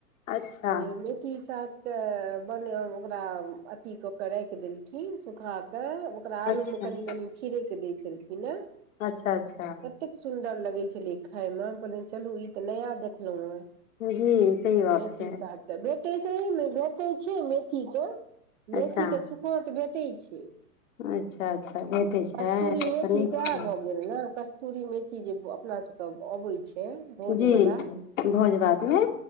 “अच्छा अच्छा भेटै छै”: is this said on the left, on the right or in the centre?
Left